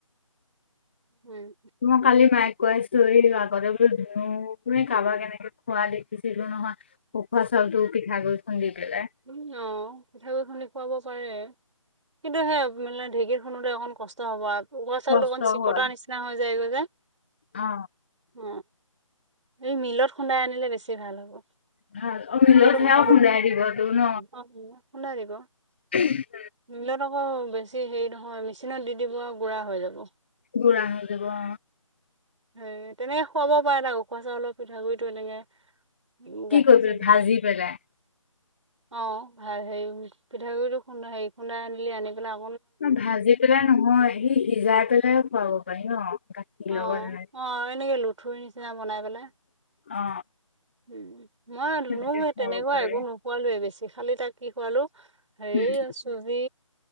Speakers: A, on the right; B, on the left.
A: উম।
B: মই কালি মায়ে কৈ <unintelligible> <unintelligible> কাৰোবাক কেনেকে খোৱা দেখিছিলো নহয় উখোৱা চাউলতো পিঠা গুড়ি খুন্দি পেলাই।
A: উ অ পিঠাগুড়ি খুন্দি খুৱাব পাৰে কিন্তু সেই মানে ঢেঁকীত খুন্দতে অকন কষ্ট হ'ব আৰু উখোৱা চাউল
B: কষ্ট
A: অকন চিকতাৰ
B: হয়
A: নিচিনা হৈ যায় গৈ যে।
B: অ।
A: অ এই মিলত খুন্দাই আনিলে বেছি ভাল হ'ব।
B: ভাল অ মিলত
A: মিলতো
B: সেৱাও
A: খুন্দাব
B: খুন্দাই দিবতটো ন?
A: অ খুন্দাই দিব।
B: <inaudible>
A: মিলত আকৌ বেছি হেৰি নহয় মেচিনত দি দিব আৰু গুড়া হৈ যাব।
B: গুৰা হৈ যাব অ।
A: উম তেনেকে খুৱাব পাৰে ত উখোৱা চাউলৰ পিঠগুড়িটো এনেকে উম গাখীৰ
B: কি কৰি পেলাই?
A: চাখীৰ
B: ভাজি পেলাই?
A: অ ভাল হেৰি পিঠাগুড়িটো খুন্দা হেৰি খুন্দা আনিলি আনি পেলাই
B: ভাজি পেলাই নহয় সি-সিজাই পেলাই খুৱাব পাৰি ন। গাখীৰ
A: অ অ
B: লগত এনেকে
A: এনেকে লুঠুৰি নিচিনা বনাই পেলাই।
B: অ।
A: উ মই ধুনুক
B: তেনেকে খুৱাব
A: তেনেকুৱা
B: পাৰি
A: একো নোখোৱালয়ে বেছি খালি তাক কি খোৱালো হেৰি
B: উম,
A: আৰু চুজি